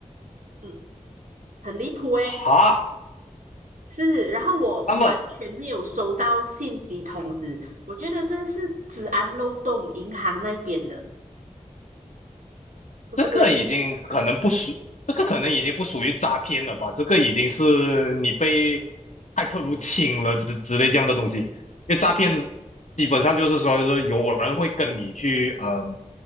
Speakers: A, on the right; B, on the left.
A: 嗯，很离谱诶。
B: 哈。
A: 是，然后我完全没有收到信息通知，
B: 那么
A: 我觉得这是治安漏洞，银行那边的，对不对？
B: 这个已经可能不属，这个可能已经不属于诈骗了吧？这个已经是你被骇客入侵了之之类这样的东西。因为诈骗基本上就是说，说有人会跟你去，嗯、